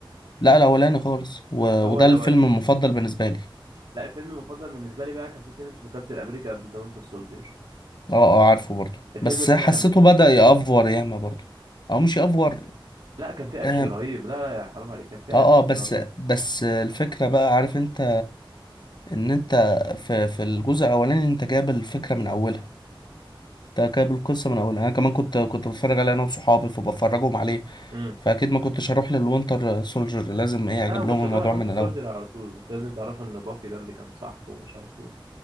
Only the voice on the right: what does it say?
هو الاول
لا الفيلم المفضل بالنسبه لي بقى كان في فيلم اسمه كابتن امريكا اند ذا وينتر سولدير
الفيلم
ده
جامد
لا كان في اكشن
رهيب لا لا يا حرام عليك كان في
اكشن
رهيب
امم
لا
ما كنتش
هتروح
وينتر
سولدير
على طول انت لازم تعرف ان باكي ده اللي كان صاحبه ومش عارف ايه